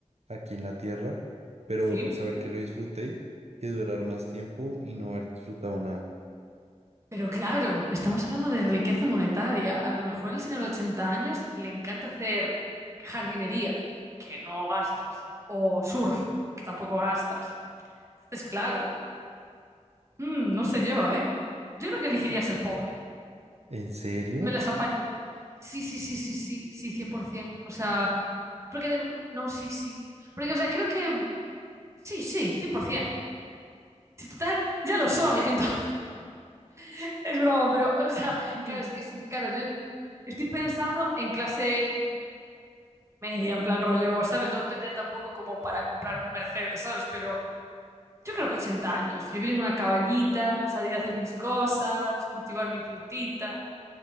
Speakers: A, on the right; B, on the right.
A: aquí en la tierra, pero
B: Sí.
A: saber que lo disfruté que durar más tiempo y no haber disfrutado nada.
B: Pero claro, estamos hablando de riqueza monetaria. A lo mejor el señor de 80 años le encanta hacer jardinería, que no gastas, o surf, que tampoco gastas. Entonces, claro, mm, no sé yo, ¿eh? Yo creo que elegiría ser pobre.
A: ¿En serio?
B: Me las apañé. Sí, sí, sí, sí, sí, sí, 100%. O sea, porque de... No, sí, sí. Porque, o sea, creo que... Sí, sí, 100%. Si total, ya lo soy. Entonces, <laughs> es broma, pero, o sea,
A: Mm.
B: claro, es que, sí, claro, yo estoy pensando en clase media, en plan rollo, ¿sabes? No tener tampoco como para comprarme un Mercedes, ¿sabes? Pero yo creo que 80 años. Vivir en una cabañita, salir a hacer mis cosas, cultivar mi frutita.